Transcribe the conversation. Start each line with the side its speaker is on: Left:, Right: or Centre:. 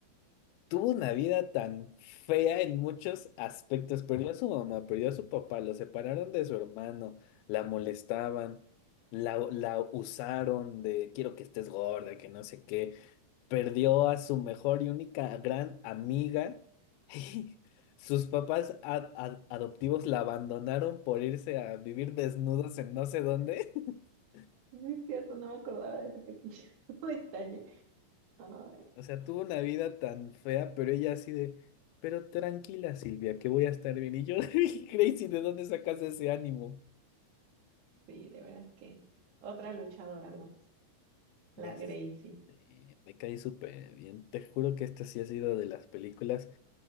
Left: tuvo una vida tan fea en muchos aspectos. Perdió a su mamá, perdió a su papá, lo separaron de su hermano, la molestaban, la, la usaron de quiero que estés gorda, que no sé qué. perdió a su mejor y única gran amiga. <laughs> y Sus papás a- a- adoptivos la abandonaron por irse a vivir desnudos en no sé dónde. <laughs>
Right: Sí, Es cierto, no me acordaba de ese pequeño <laughs> detalle. Ay,
Left: O sea, tuvo una vida tan fea, pero ella así de, pero tranquila, Silvia, que voy a estar bien. Y yo, <laughs> Crazy, ¿de dónde sacas ese ánimo?
Right: sí, de veras que otra luchadora más, la
Left: Ya,
Right: Gracie.
Left: sé, me caí súper bien. Te juro que esta sí ha sido de las películas.